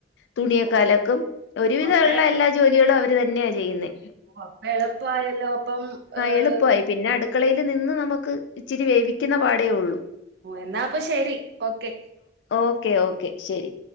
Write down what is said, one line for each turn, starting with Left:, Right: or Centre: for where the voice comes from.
Left: തുണിയക്ക
Right: ഓ
Left: ലക്കും ഒരുവിധള്ള
Right: അപ്പെ
Left: എല്ലാ ജോലികളും അവര് തന്നെയ ചെയ്യുന്നത്.
Right: ഓ ഹ് എളുപ്പയല്ലോ അപ്പം ഏഹ്
Left: എളുപ്പമായി പിന്നെ അടുക്കളയിൽ നിന്ന് നമുക്ക് ഇച്ചിരി വേവിക്കുന്ന പാടെയുള്ളൂ.
Right: ഓഹ് എന്നാപ്പൊ ശെരി ഓക്കെ.
Left: ഓക്കെ ഓക്കെ ശരി